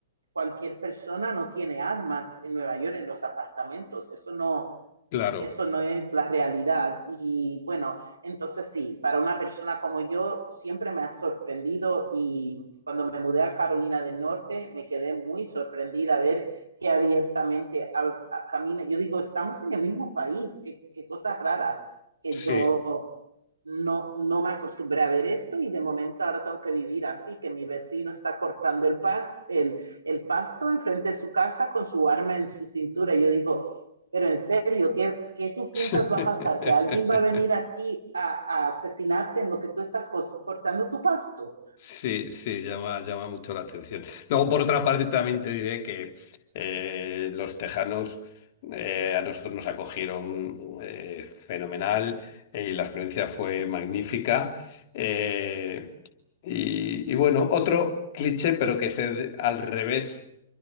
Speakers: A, on the right; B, on the left.
A: cualquier persona no tiene armas en Nueva York, en los apartamentos, eso no,
B: claro.
A: eso no es la realidad. Y bueno, entonces sí, para una persona como yo siempre me ha sorprendido y cuando me mudé a Carolina del Norte me quedé muy sorprendida a ver que abiertamente a, a, camina. Yo digo, estamos en el mismo país, qué, qué cosa rara que
B: Sí.
A: yo no, no me acostumbré a ver esto y de momento ahora tengo que vivir así, que mi vecino está cortando el, pa el, el pasto enfrente de su casa con su arma en su cintura. Yo digo, pero en serio, ¿qué, qué tú
B: <laughs>
A: piensas va a pasar? ¿Que alguien va a venir aquí a, a asesinarte en lo que tú estás cortando tu pasto?
B: Sí, sí, llama, llama mucho la atención. Luego, por otra parte, también te diré que eh, los tejanos eh, a nosotros nos acogieron eh, fenomenal eh, y la experiencia fue magnífica. Eh, y, y bueno, otro cliché, pero que es el- al revés,